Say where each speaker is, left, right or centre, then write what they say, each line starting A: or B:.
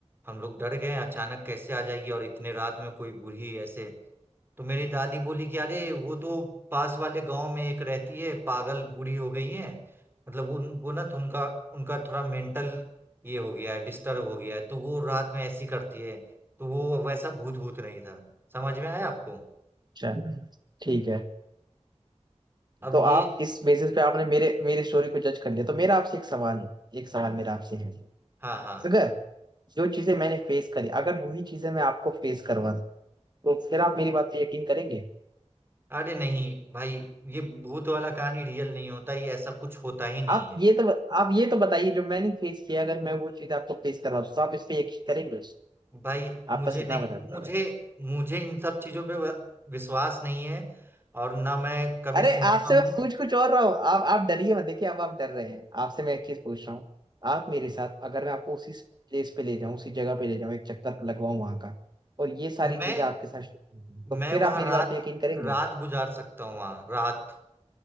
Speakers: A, on the right; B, on the right.
A: हम लोग डर गए अचानक कैसे आ जाएगी और इतने रात में कोई बूढ़ी ऐसे तो मेरी दादी बोली कि अरे वो तो पास वाले गांव में एक रहती है पागल बूढ़ी हो गई है मतलब उन वो ना थोड़ा- उनका उनका थोड़ा मेंटल ये हो गया है डिस्टर्ब हो गया है तो वो रात में ऐसी करती है तो वो वैसा भूत भूत नहीं था समझ में आया आपको
B: चल ठीक है
A: अब
B: तो आप
A: ये
B: इस बेसिस पे आपने मेरे मेरी स्टोरी को जज कर लिया तो मेरा आपसे एक सवाल है एक सवाल मेरा आपसे है
A: हाँ हाँ
B: अगर जो चीजें मैंने फेस करी अगर वही चीजें मैं आपको फेस करवा दूं तो फिर आप मेरी बात पे यकीन करेंगे
A: अरे नहीं भाई ये भूत वाला कहानी रियल नहीं होता ये ऐसा कुछ होता ही नहीं
B: आप
A: है
B: ये तो आप ये तो बताइए जो मैंने फेस किया अगर मैं वो चीज आपको फेस करवा दूं तो आप इस पे यकीन करेंगे
A: भाई
B: आप
A: मुझे
B: बस इतना
A: नहीं
B: बता दीजिए
A: मुझे मुझे इन सब चीजों पे व- विश्वास नहीं है और ना मैं कभी
B: अरे
A: सुनता
B: आपसे मैं
A: हूँ
B: पूछ कुछ और रहा हूँ आप आप डरिए मत देखिए अब आप डर रहे हैं आपसे मैं एक चीज पूछ रहा हूँ आप मेरे साथ अगर मैं आपको उसी प्लेस पे ले जाऊं उसी जगह पे ले जाऊं एक चक्कर लगवाऊं वहां का और ये सारी
A: मैं
B: चीजें आपके साथ शुरू होंगी, तो
A: मैं
B: फिर
A: वहां
B: आप मेरी
A: रात
B: बात पे यकीन करेंगे
A: रात गुजार सकता हूँ वहां रात